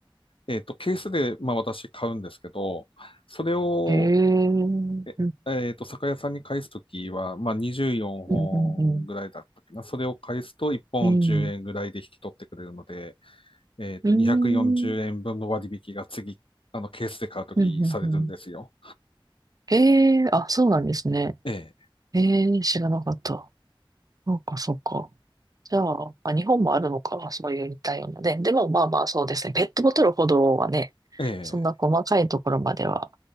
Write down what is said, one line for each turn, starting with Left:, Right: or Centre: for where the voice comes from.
Left: えっと、ケースで、まあ私買うんですけど、それを、
Right: ええ
Left: え、えっと、酒屋さんに返すときは、まあ24本ぐらいだったっけな。
Right: うんうんうんうんうん。
Left: それを返すと1本10円ぐらいで引き取ってくれるので、
Right: うん。
Left: えっと、
Right: うーん。
Left: 240円分の割引が次、あの、ケースで買うときされるんですよ。
Right: うんうんうん。ええあ、そうなんですね。
Left: え
Right: ええ知らなかった。そうか、そうか。じゃあ、まあ、日本もあるのか、そういう似たようなね。でも、まあまあ、そうですね。ペットボトルほどはね、
Left: え、ええ。
Right: そんな細かいところまでは